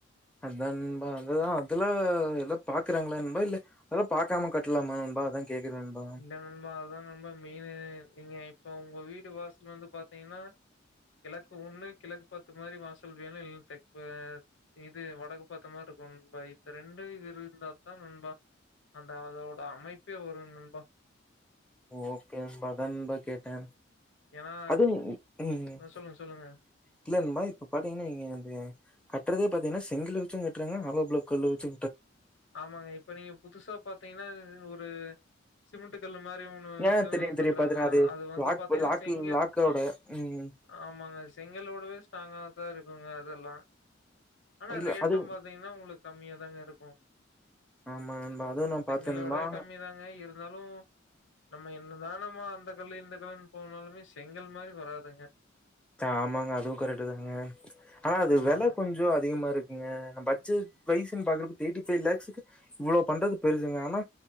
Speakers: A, in the centre; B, on the left.
A: அதா நண்பா அதுதா அதுல ஏதோ பாக்குறாங்களா நண்பா இல்ல பாக்காம கட்டலாமா நண்பா அதா கேக்குறே நண்பா
B: இல்ல நண்பா அதுதா நண்பா மெயினு நீங்க இப்போ உங்க வீடு வாசல் வந்து பாத்தீங்கன்னா கிழக்கு ஒன்னு கிழக்கு பாத்த மாரி வாசல் வேணு இல்லைன்ன தெப்ப இது வடக்கு பாத்த மாரி இருக்கும் நண்பா இந்த ரெண்டு இது இருந்தா தாநண்பா அந்த அதோட அமைப்பே வரும் நண்பா
A: ஓகே நண்பா அதா நண்பா கேட்டே
B: ஏன்னா
A: அதுவு <unintelligible>
B: சொல்லுங்க சொல்லுங்க
A: இல்ல நண்பா‌ இப்ப பாத்தீங்கன்னா நீங்க அ கட்றதே பாத்தீங்கன்னா செங்கலு வச்சு கட்டுறாங்க ஆளாபிலாக் கல்லு வச்சு
B: ஆமாங்க இப்ப நீங்க புதுசா பாத்தீங்கன்னா இது ஒரு சிமெண்ட் கல்ல மாரி ஒண்ணு
A: ஆ
B: விச்சு
A: தெரியும் தெரியும்
B: கட்றாங்க
A: பாத்துருக்கேன்
B: அது வந்து
A: லாக்
B: பாத்தீங்கன்னா
A: லாக்
B: செங்கல்
A: லாக்கோட ம்
B: ஆமாங்க செங்கலவுடவே ஸ்ட்ராங்கா <unintelligible> இருக்குங்க அதெல்லா ஆனா
A: இல்ல
B: ரேட்டும்
A: அது
B: பாத்தீங்கன்னா உங்களுக் கம்மியா தாங்க இருக்கும்
A: ஆமா நண்பா அதுவும் நா
B: செங்கலோடவே
A: பாத்தெ நண்பா
B: கம்மி தாங்க. இருந்தாலும் நம்ம என்னதா நம்ம அந்த கல்லு இந்த கல்லுனு போனாலுமே செங்கல் மாரி வராதுங்க
A: ஆமாங்க அதுவும் கரெக்ட்டு தாங்க ஆனா அது
B: ஆமாங்க.
A: வெல கொஞ்சோ அதிகமா இருக்குங்க பட்ஜெட் ஃவைஸ் பாக்குறப்ப எயிட்டி ஃபைவ் லாக்ஸ் இவ்ளோ பண்றது பெருசுங்க ஆனா